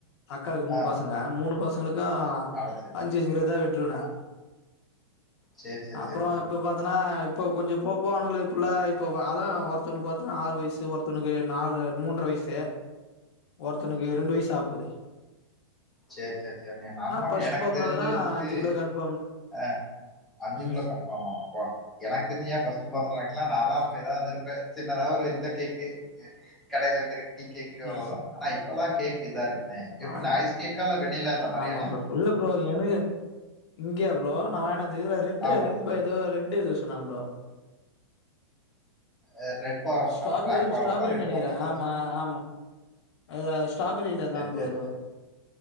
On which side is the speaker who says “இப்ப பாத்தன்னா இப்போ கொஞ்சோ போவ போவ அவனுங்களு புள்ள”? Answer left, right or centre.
Left